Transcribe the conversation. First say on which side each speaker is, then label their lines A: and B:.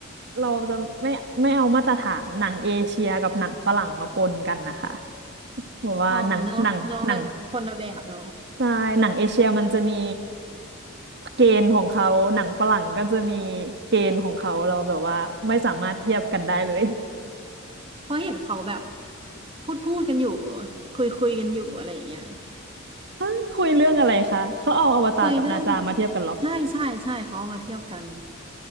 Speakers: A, on the right; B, on the right.
A: เราจะไม่ไม่เอามาตรฐานหนังเอเชียกับหนังฝรั่งมาปนกันนะคะบอรว่าหนังหนังหนัง
B: อ๋อเนาะเนาะมันคนละแบบเนาะ
A: ใช่หนังเอเชียมันจะมีเกณฑ์ของเขาหนังฝรั่งก็จะมีเกณฑ์ของเขาเราแบบว่าไม่สามารถเทียบกันได้เลย <laughs>
B: เพราะเห็นเขาแบบพูดพูดกันอยู่คุยคุยกันอยู่อะไรอย่างเงี้ย
A: ฮะคุยเรื่องอะไรคะเขาเอาอวตารกับนาจามาเทียบกันเหรอ
B: คุยเรื่องใช่ใช่ใช่เขาเอามาเทียบกัน